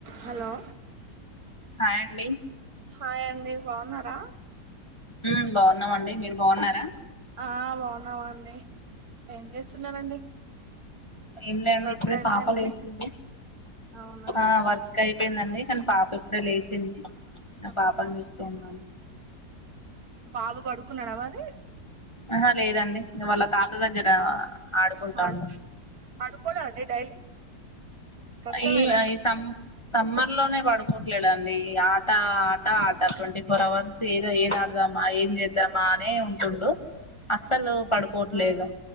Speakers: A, on the right; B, on the left.
A: hello
B: hi అండి
A: hi అండి బాగున్నారా
B: హు బాగున్నామండి మీరు బాగున్నారా
A: ఆ బాగున్నామండి ఏం చేస్తున్నారండి
B: ఏం లే అండి
A: వర్క్
B: ఇప్పుడే
A: అయిపోయిందని
B: పాప లేసింది
A: అవునా
B: ఆ వర్క్ అయి అయిందండి కానీ పాప ఇప్పుడే లే చింది ఆ
A: అవునా
B: పాపను చూస్తూ ఉన్నాను
A: బాబు పడుకున్నాడా మరి
B: ఆహా లేదండి వాళ్ళ తాత దగ్గర ఆడుకుంటాండు
A: పడు పడుకోడా అండి డైలీ కష్టమేనా
B: ఈ ఈ సమ్ సమ్మర్ లోనే పడు లేడండి ఆట ఆట ఆట ట్వంటీ ఫోర్ అవర్స్ ఏదో ఏద ఆడదామా ఏం చేద్దామా అనే ఉంటుండు అస్సలు పడుకోవట్లేదు
A: ఆ